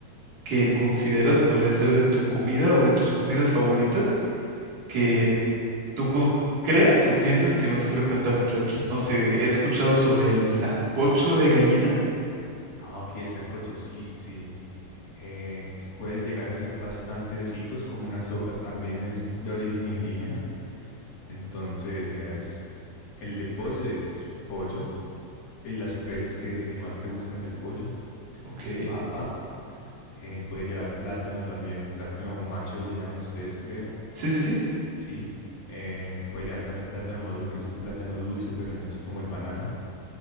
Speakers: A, on the right; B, on the left.
A: que consideras podría ser de tu comida o de tus comidas favoritas que tú co- creas o pienses que no se frecuenta mucho aquí? No sé, he escuchado sobre el sancocho de gallina.
B: Ah, ok, el sancocho, sí, sí. Eh, es- puedes llegar a ser bastante rico, es como una sopa, también es de origen indígena. Entonces, mira, es, el de pollo es pollo, y las presas que, que más te gusten del pollo,
A: Ok,
B: papa, eh, puede llevar plátano también, plátano macho le llaman ustedes, creo,
A: sí, sí, sí.
B: sí. Eh, puede llevar también plátano maduro, que es un plátano dulce, pero no es como el banano.